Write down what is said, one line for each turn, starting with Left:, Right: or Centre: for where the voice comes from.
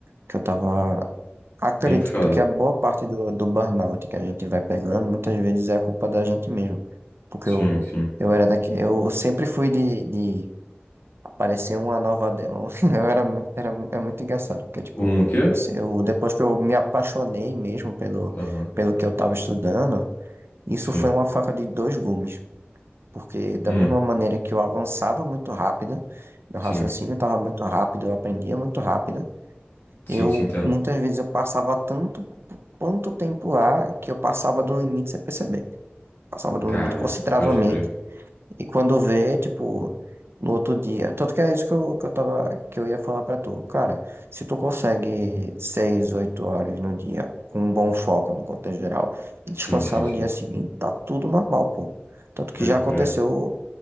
Right: que eu tava. Acredito
Left: Bem puxada.
Right: que a boa parte do, do burnout que a gente vai pegando, muitas vezes é a culpa da gente mesmo. Porque
Left: Sim,
Right: eu,
Left: sim.
Right: eu era daqui, eu sempre fui de, de aparecer uma nova. de- <laughs> Eu era, muito- era, é muito engraçado, porque, tipo,
Left: Um, o quê?
Right: eu, se- eu- depois que eu me apaixonei mesmo pelo,
Left: Aham.
Right: pelo que eu tava estudando, isso
Left: Sim.
Right: foi uma faca de dois gumes. Porque da
Left: Hum,
Right: mesma maneira que eu avançava muito rápido, meu raciocínio
Left: sim.
Right: estava muito rápido, eu aprendia muito rápido,
Left: Sim,
Right: eu
Left: sim, entendo.
Right: muitas vezes eu passava tanto quanto tempo lá que eu passava do limite sem perceber. Passava do
Left: Caraca,
Right: limite consideravelmente
Left: pode crer.
Right: e quando vê, tipo, no outro dia, tanto que é isso que eu, que eu tava, que eu ia falar pra tu. Cara, se tu consegue seis, oito horas no dia com um bom foco no contexto geral e descansar
Left: Sim, sim,
Right: no
Left: sim.
Right: dia seguinte, tá tudo normal, pô. Tanto
Left: Pode
Right: que já
Left: crer.
Right: aconteceu